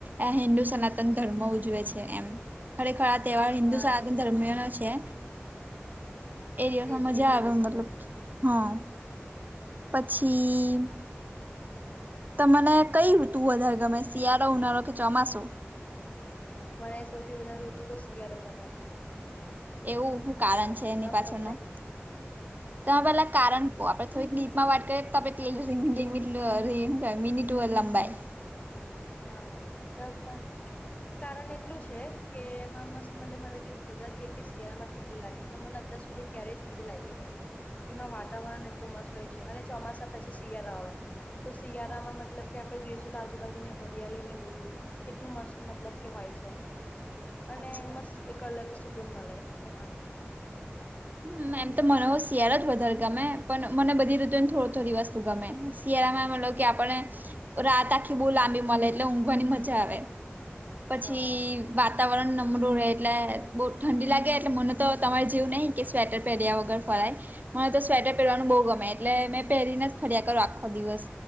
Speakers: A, on the right; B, on the left.
A: આ હિન્દુ સનાતન ધર્મ ઉજવે છે એમ ખરેખર આ તહેવાર હિન્દુ
B: હા
A: સનાતન
B: એ
A: ધર્મયો નો છે
B: હા હા
A: એ દિવસમાં
B: એજ
A: મજા
B: વિજયાદશમી
A: આવે મતલબ
B: <unintelligible>
A: હા પછી તમને કઈ ઋતુ વધારે ગમે શિયાળો, ઉનાળો કે ચોમાસું,
B: મને સૌથી વધારે ઋતુ તો શિયાળો ગમે.
A: એવું હુ કારણ
B: મારા મતે
A: છે એની પાછળનું,
B: તમને
A: તમે પેલા કારણ કો આપડે થોડીક ડિપ મા વાત કરીએ તો <unintelligible> મીનિટ મિનીટુર લંબાઈ
B: હા હા તો પણ કારણ એટલું છે કે એમાં મસ્ત મને મને બધા કે શિયાળામાં ઠંડી લાગે પણ મને અત્યાર સુધી ક્યારે ઠંડી લાગે નહિ. એમાં વાતાવરણ એટલું મસ્ત હોય છે અને ચોમાસા પછી શિયાળા હોય તો શિયાળામાં
A: હા
B: મતલબ કે આપણે જોઈશું આજુબાજુને હરિયાળી ને બધું કેટલું મસ્ત મતલબ કે હોય છે
A: સાચી
B: અને
A: વાત
B: મસ્ત
A: છે.
B: એક પણ અલગ સુકન મલે એમાં.
A: હમ્મ એમ તો મનો શિયાળો જ વધારે ગમે પણ મને બધી રીતુ ને થોડી થોડી વસ્તુ ગમે શિયાળામાં મતલબ કે આપણે રાત આખી બહુ લાંબી મળે એટલે ઊંઘવાની મજા આવે. પછી.
B: હા
A: વાતાવરણ નમરું રહે એટલે બહુ ઠંડી લાગે એટલે મને તો તમારે જેવું નહી કે સ્વેટર પહેર્યા વગર ફરે મને તો સ્વેટર પહેરવાનું બહુ ગમે એટલે મે પહેરીને ફરિયા કરો આખો દિવસ